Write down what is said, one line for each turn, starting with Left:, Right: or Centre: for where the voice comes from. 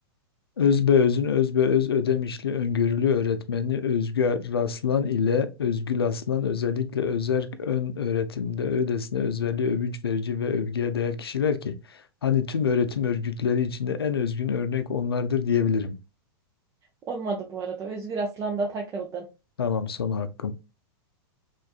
Left: Özbeöz'ün özbeöz ödemişli öngörülü öğretmeni Özgü Raslan ile Özgül Aslan özellikle özerk ön öğretimde öylesine özverili, övünç verici ve övgüye değer kişiler ki hani tüm öğretim örgütleri içinde en özgün örnek onlardır diyebilirim.
Right: Olmadı bu arada. Özgür Aslan'da takıldın.
Left: Tamam son hakkım.